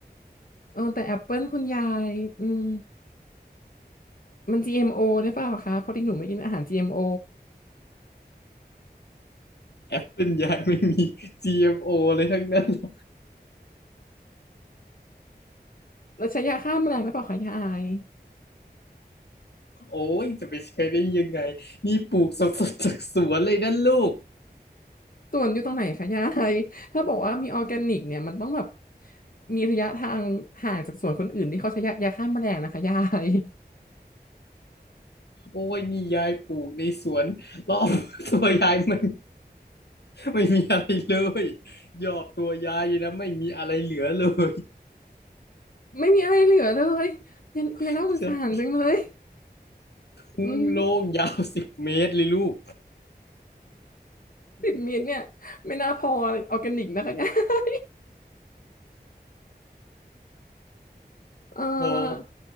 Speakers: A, on the left (about 55°); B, on the left (about 75°).
A: เออแต่แอปเปิลคุณยายอืมมัน GMO หรือเปล่าคะเพราะที่หนูไม่กินอาหาร GMO
B: แอปเปิลยายไม่มี GMO เอ็มโอเลยทั้งนั้นหรอก
A: แล้วใช้ยาฆ่าแมลงหรือเปล่าคะยาย
B: โอ้ยจะไปใช้ได้ยังไงนี่ปลูกสดๆจากสวนเลยนะลูก
A: สวนอยู่ตรงไหนคะยายถ้าบอกว่ามีออร์แกนิกเนี่ยมันต้องแบบมีระยะทางห่างจากสวนคนอื่นที่เขาใช้ยายาฆ่าแมลงนะคะยาย <laughs>
B: โอ้ยนี่ยายปลูกในสวนรอบตัวยายมัน <laughs> ไม่มีอะไรเลยยอดตัวยายอยู่นะไม่มีอะไรเหลือเลย
A: ไม่มีอะไรเหลือเลยยันคุณยายน่าสงสารจังเลย
B: <laughs> ใช่ทุ่งโล่งยาวสิบเมตรเลยลูก
A: อืมสิบเมตรเนี่ยไม่น่าพอออร์แกนิกนะคะยาย <laughs> เออ
B: พอ